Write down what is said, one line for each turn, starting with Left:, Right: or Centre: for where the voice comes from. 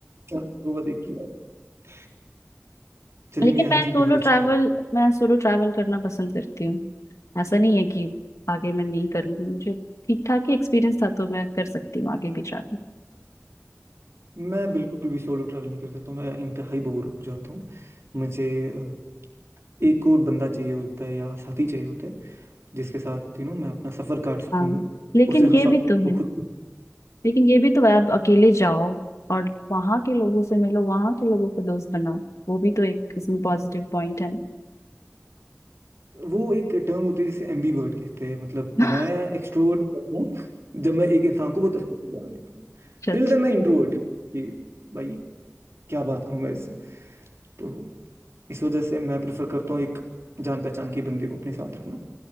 Right: अच्छा वो बताइए की बात है। चलिए
Left: लेकिन
Right: नेहा
Left: मैं
Right: जी
Left: सोलो
Right: बहुत अच्छा
Left: ट्रैवल
Right: था।
Left: मैं सोलो ट्रैवल करना पसंद करती हूँ ऐसा नहीं है कि आगे मैं नहीं करूंगी मुझे ठीक ठाक ही एक्सपीरियंस था तो मैं कर सकती हूँ आगे भी ट्रैवल
Right: मैं बिल्कुल भी सोलो ट्रैवल नहीं कर सकता हूँ, मैं इंतहाई बोर हो जाता हूँ मुझे अ, एक और बंदा चाहिए होता है या साथी चाहिए होता है जिसके साथ यू नो मैं अपना सफ़र काट सकूँ
Left: हाँ लेकिन
Right: उसे हंसा
Left: ये भी
Right: सकूँ
Left: तो है
Right: खुद
Left: लेकिन ये भी तो है आप अकेले जाओ और वहां के लोगों से मिलो वहां के लोगों को दोस्त बनाओ वो भी तो एक इसमें पॉजिटिव पॉइंट है ना।
Right: वो एक टर्म होती है जिसे एम्बीवर्ट कहते हैं मतलब
Left: <laughs>
Right: मैं एक्सट्रोवर्ट हूँ जब मैं एक इंसान को बहुत अच्छे से जान लेता हूँ
Left: अच्छा अच्छा
Right: टिल देन मैं इंट्रोवर्ट ही हूँ कि भाई क्या बात करूँ मैं इससे तो इस वजह से मैं प्रेफर करता हूँ एक जान पहचान के बंदे को अपने साथ रखना